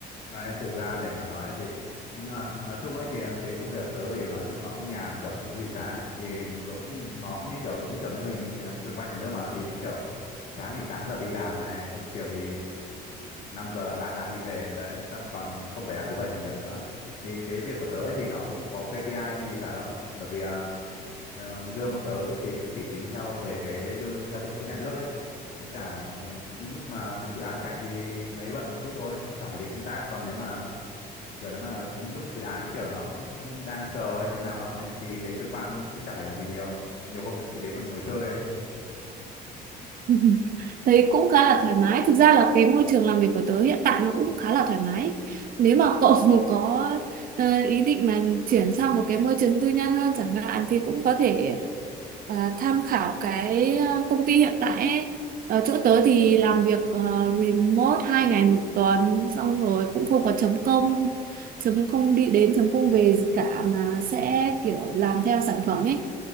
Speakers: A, on the left; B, on the right.
A: đấy, thực ra để mà nói thì nhưng mà nói chung ấy thì cái công việc tớ thì nói chung nó cũng nhàn kiểu không có gì cả ấy. thì cũng nó cũng như kiểu đúng kiểu mô hình ờ, cơ quan nhà nước mà thì đúng kiểu sáng thì 8 giờ đi làm này xong chiều thì 5 giờ tan làm đi về đấy xong còn không phải làm thứ bảy chủ nhật nữa thì cái việc của tớ ấy thì nó cũng không có KPI gì cả đâu bởi vì à, ờ, lương bọn tớ thì cũng chỉ tính theo về cái lương theo hệ số nhà nước ấy Cái cả những lúc mà cùng dự án chạy thì mới bận một chút thôi, thỉnh thoảng phải đi công tác. Còn nếu mà kiểu nếu mà những lúc dự án kiểu nó đang chờ hay thế nào nọ ấy, thì đến cơ quan cũng chả phải làm gì nhiều. Nhiều hôm thì đến còn ngồi chơi ấy.
B: <laughs> Thấy cũng khá là thoải mái. Thực ra là cái môi trường làm việc của tớ hiện tại nó cũng khá là thoải mái. Nếu mà cậu <laughs> có ờ, ý định mà chuyển sang một cái môi trường tư nhân hơn chẳng hạn thì cũng có thể ờ, tham khảo cái ờ, công ty hiện tại ấy. Ở chỗ tớ thì làm việc ờ, remote hai ngày một tuần xong rồi cũng không có chấm công chấm công đi đến chấm công về gì cả mà sẽ kiểu làm theo sản phẩm ấy